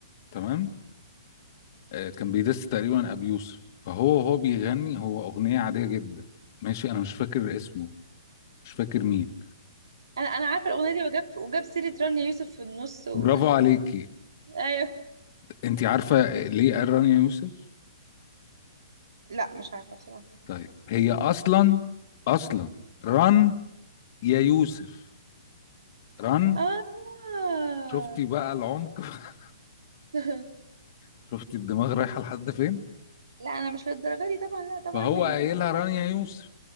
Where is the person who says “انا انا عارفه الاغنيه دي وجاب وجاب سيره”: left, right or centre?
Right